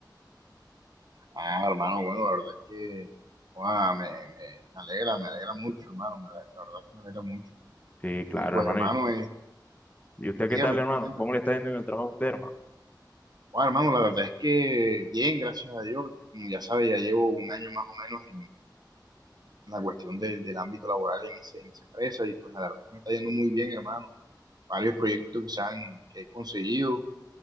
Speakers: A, on the right; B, on the left.
A: Ah, hermano, bueno, la verdad es que ah, me, me- me alegra, me alegra mucho, hermano, me la, la verdad es que me alegra mucho.
B: Sí, claro,
A: Y pues,
B: hermano.
A: hermano, eh,
B: ¿Y usted
A: dígame,
B: qué tal, hermano?
A: comenta.
B: ¿Cómo le está yendo en el trabajo a usted, hermano?
A: Ah, hermano, la verdad es que bien, gracias a Dios, como ya sabes, ya llevo un año más o menos la cuestión de, del ámbito laboral en, ese, en, esa empresa y pues la verdad es que me está yendo muy bien, hermano. Varios proyectos que, se han, que he conseguido